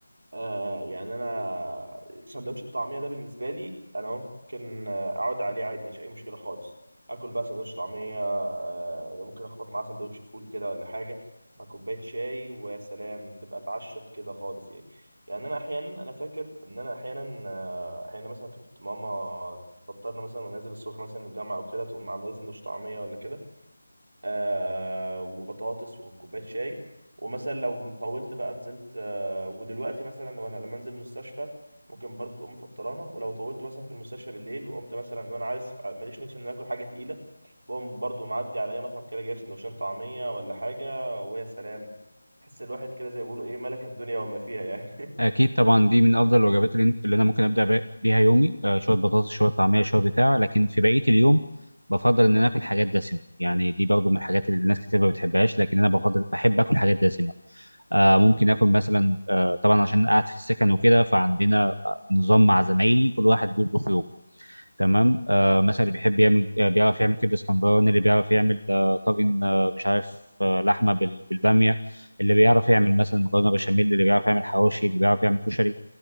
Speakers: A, on the right; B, on the right.
A: آه يعني انا سندوتش الطعميه ده بالنسبه لي انا ممكن آه، اقعد عليه عادي مفيش اي مشكله خالص اكل بقى سندوتش طعميه آه ممكن اخبط معاه سندوتش فول كده ولا حاجه مع كوبايه شاي ويا سلام تبقى اتعشت كده خالص يعني يعني انا احيانا انا فاكر ان انا احيانا آه، احيانا مثلا كنت ماما تفطرنا مثلا ونازل الصبح مثلا الجامعه او كده تقوم عامله لي سندوتش طعميه ولا كده آه وبطاطس وكوبايه شاي ومثلا لو طولت بقى نزلت آه ودلوقتي مثلا لو انا لما انزل مستشفى ممكن برضو تقوم مفطرانه ولو طولت مثلا في المستشفى بالليل وقمت مثلا وانا عارف ماليش نفسي ان أنا اكل حاجه تقيله بقوم برضو معدي على اي مطعم كده جايب سندوتشين طعميه ولا حاجه ويا سلام تحس الواحد كده زي ما بيقولوا ايه ملك الدنيا وما فيها يعني
B: اكيد طبعا دي من افضل الوجبات اللي, انت اللي انا ممكن ابدا بي- بيها يومي آه شويه بطاطس شويه طعميه شويه بتاع لكن في بقيه اليوم بفضل ان انا اكل حاجات دسمه يعني دي برضه من الحاجات اللي الناس كتير ما بتحبهاش لكن انا بفضل بحب اكل حاجات دسمه آه، ممكن اكل مثلا آه، طبعا عشان قاعد في السكن وكده فعندنا آه، نظام مع زمايلي كل واحد بيطبخ يوم تمام آه، مثلا اللي بيحب يعمل آه، بيعرف يعمل كبده اسكندراني اللي بيعرف يعمل آه، طاجن آه، مش عارف آه، لحمه بال- بالباميه اللي بيعرف يعمل مثلا مكرونه بشاميل اللي بيعرف يعمل حواوشي اللي بيعرف يعمل كشري